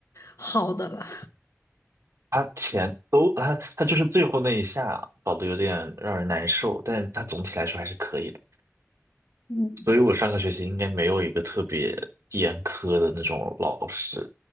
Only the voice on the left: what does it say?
好的了。
嗯，